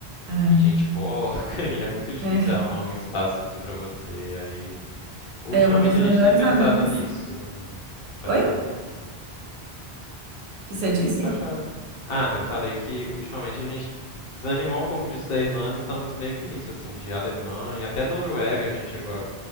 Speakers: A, on the right; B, on the left.
A: é,
B: e gente porca, <laughs> e é muito difícil
A: é,
B: arrumar um espaço assim pra você. Aí, ultimamente
A: é uma das melhores
B: a gente tem pensado
A: amigas.
B: nisso. né? Pode
A: Oi?
B: falar.
A: que você disse?
B: Pode falar. Ah, eu falei que ultimamente a gente desanimou um pouco disso da Irlanda e estamos meio que nisso, assim, de Alemanha, até Noruega a gente chegou a,